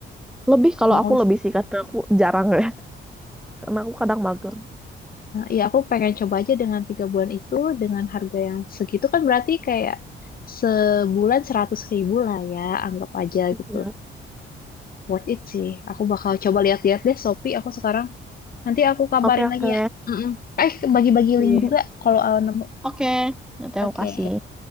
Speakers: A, in the centre; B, on the left (about 50°).
A: lebih kalau
B: Mau
A: aku
B: sih.
A: lebih sih karena aku jarang ya karena aku kadang mager
B: Ya, aku pengen coba aja dengan tiga bulan itu dengan harga yang segitu kan berarti kayak sebulan seratus ribu lah ya, anggap aja
A: Mm.
B: gitu. Worth it sih. Aku bakal coba lihat-lihat deh Shopee aku sekarang. Nanti aku kabarin
A: oke oke
B: lagi ya. Mm-mm. Eh, bagi-bagi
A: Sip.
B: link juga kalau uh, nemu.
A: Oke, nanti
B: Oke.
A: aku kasih.